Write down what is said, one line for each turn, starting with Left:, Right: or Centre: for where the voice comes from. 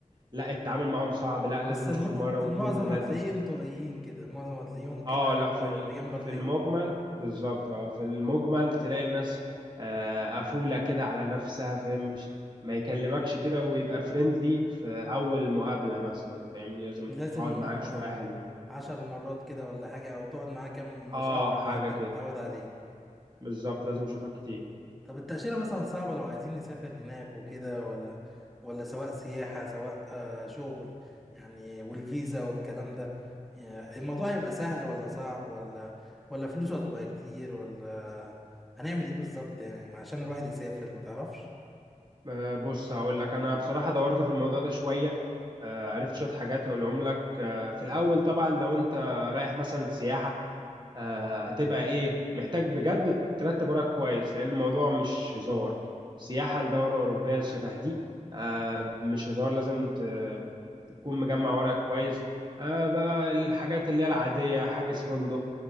Right: لا التعامل معاهم صعب لا لازم
Centre: بس الم...
Right: تشوفه مره واثنين
Centre: المعظم
Right: وثلاثه
Centre: هتلاقيه انطوائيين كده المعظم هتلاقيهم كده
Right: اه لا في
Centre: آه،
Right: ال-
Centre: جنب الحيط
Right: في المجمل بالظبط اه في المجمل تلاقي الناس آه، قفولة كده على نفسها فاهم مش ما يكلمكش كده ويبقى فريندلي في أول مقابلة مثلا فاهمني لازم
Centre: لازم
Right: تقعد معاه شوية
Centre: آه،
Right: حلوين
Centre: عشر مرات كده ولا حاجة أو تقعد معاه كام
Right: اه
Centre: شهر
Right: حاجة
Centre: لحد
Right: كده
Centre: ما تتعود عليه
Right: بالظبط لازم اشوفك كتير
Centre: طب التأشيرة مثلا صعبة لو عايزين نسافر هناك وكده ولا ولا سواء سياحة سواء آه، شغل يعني والفيزا والكلام ده يعني الموضوع هيبقى سهل ولا صعب ولا ولا فلوسه هتبقى كتير ولا هنعمل ايه بالظبط يعني عشان الواحد يسافر متعرفش
Right: آه، بص هقول لك انا بصراحة دورت في الموضوع ده شوية آه، عرفت شوية حاجات اقولهم لك آه، في الاول طبعا لو انت رايح مثلا سياحة آه، هتبقى ايه محتاج بجد ترتب وراك كويس لان الموضوع مش هزار سياحة لدورة أوروبية شبه دي آه، مش هزار لازم ت- تكون مجمع وراك كويس آه، بقى الحاجات اللي هي العادية حاجز فندق